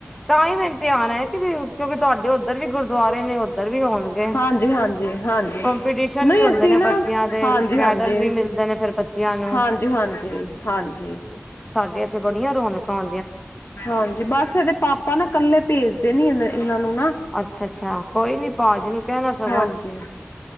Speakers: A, in the centre; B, on the left.
A: ਤਾਂ ਹੀ ਮੇ ਇਮਤਿਹਾਨ ਹ ਕਿ ਕਿਉਕਿ ਤੁਹਾਡੇ ਉਧਰ ਵੀ ਗੁਰਦੁਆਰੇ ਨੇ ਉਧਰ ਵੀ ਹੋਣਗੇ।
B: ਹਾਂਜੀ ਹਾਂਜੀ ਹਾਂਜੀ
A: ਕੰਪੀਟੀਸ਼ਨ
B: ਨਹੀਂ
A: ਵੀ ਹੁੰਦੇ
B: ਅਸੀਂ
A: ਨੇ
B: ਨਾ
A: ਬੱਚਿਆਂ- ਤੇ
B: ਹਾਂਜੀ
A: ਮੈਡਲ
B: ਹਾਂਜੀ
A: ਵੀ ਮਿਲਦੇ ਨੇ ਫਿਰ ਬੱਚਿਆਂ ਨੂੰ।
B: ਹਾਂਜੀ ਹਾਂਜੀ ਹਾਂਜੀ
A: ਸਾਡੇ ਇਥੇ ਬੜੀਆਂ ਰੌਣਕਾ
B: ਹਾਂਜੀ ਬਸ ਇਹਦੇ ਪਾਪਾ ਨਾ ਇਕਲੇ ਭੇਜਦੇ ਨੀ ਇਹ ਇਹਨਾ ਨੂੰ ਨਾ
A: ਅਛਾ-ਅਛਾ ਕੋਈ ਨੀ ਭਾਜੀ ਨੂੰ ਕਹਿਣਾ ਸਗੋਂ
B: ਹਾਂਜੀ